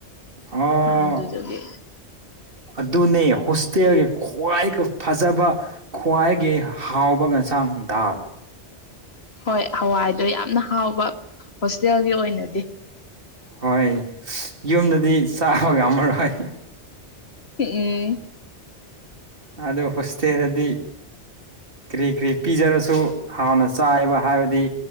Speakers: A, on the right; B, on the left.
A: ꯑꯣ
B: ꯑꯗꯨꯗꯨꯒꯤ
A: ꯑꯗꯨꯅꯦ ꯍꯣꯁꯇꯦꯜꯒꯤ ꯈ꯭ꯋꯥꯏꯒ ꯐꯖꯕ ꯈ꯭ꯋꯥꯏꯒꯤ ꯍꯥꯎꯕ ꯉꯁꯥꯡ ꯗꯥꯜ
B: ꯍꯣꯏ ꯍꯋꯥꯏꯗꯣ ꯌꯥꯝꯅ ꯍꯥꯎꯕ ꯍꯣꯁꯇꯦꯜꯒꯤ ꯑꯣꯏꯅꯗꯤ
A: ꯍꯣꯏ ꯌꯨꯝꯗꯗꯤ ꯆꯥꯕꯒꯝꯃꯔꯣꯏ
B: ꯎ ꯎꯝ
A: ꯑꯗ ꯍꯁꯦꯔꯗꯤ ꯀꯔꯤ ꯀꯔꯤ ꯄꯤꯖꯔꯁꯨ ꯍꯥꯟꯅ ꯆꯥꯏꯕ ꯍꯥꯏꯕꯗꯤ